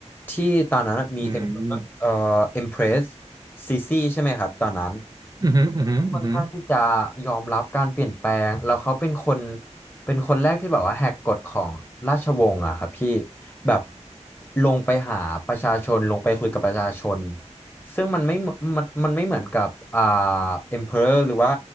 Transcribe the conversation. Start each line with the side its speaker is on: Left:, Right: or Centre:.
Left: ที่ตอนนั้นมี
Right: อืม
Left: Emperor เอ่อ empress ซีซีใช่ไหมครับตอนนั้น
Right: อืมอืมอืม
Left: ค่อนข้างที่จะยอมรับการเปลี่ยนแปลงแล้วเขาเป็นคนเป็นคนแรกที่แบบว่าแหกกฎของราชวงศ์อะครับพี่แบบลงไปหาประชาชนลงไปคุยกับประชาชนซึ่งมันไม่เหมือนมันมันไม่เหมือนกับอ่า emperor หรือว่า